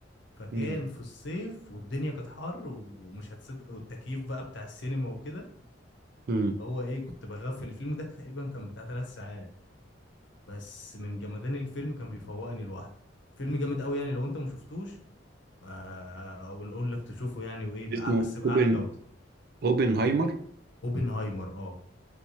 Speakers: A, on the left; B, on the right.
A: فكان
B: مم.
A: في الصيف والدنيا كانت حر ومش هتصدق والتكييف بقى بتاع السينما وكده
B: مم.
A: هو ايه كنت بغفل الفيلم ده تقريبا كان بتاع ثلاث ساعات بس من جمدان الفيلم كان بيفوقني لوحده فيلم جامد قوي يعني لو انت ما شفتوش آه، اقول اقول لك تشوفه يعني وايه بقى
B: اسمه
A: بس بأعلى
B: اوبن
A: جودة
B: اوبنهايمر
A: اوبنهايمر اه